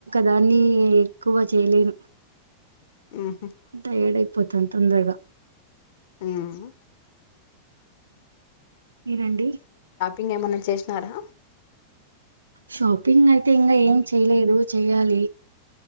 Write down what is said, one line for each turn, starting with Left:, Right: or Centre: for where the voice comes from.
Right: దాన్ని ఎక్కువ చేయలేను
Left: ఉహు
Right: టైయార్డ్ అయిపోతాను తొందరగా
Left: ఉమ్మ్
Right: మీరండి
Left: ఇంగ ఏమన్నా చేసినారా
Right: షాపింగ్ అయితే ఇంగా ఏం చేయలేదు చెయ్యాలి